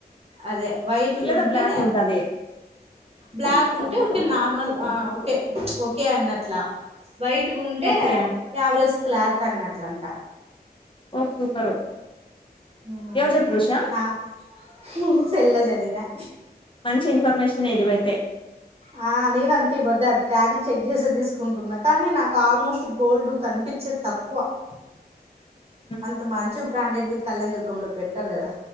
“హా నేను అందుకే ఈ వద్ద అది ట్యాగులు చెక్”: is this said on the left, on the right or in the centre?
Right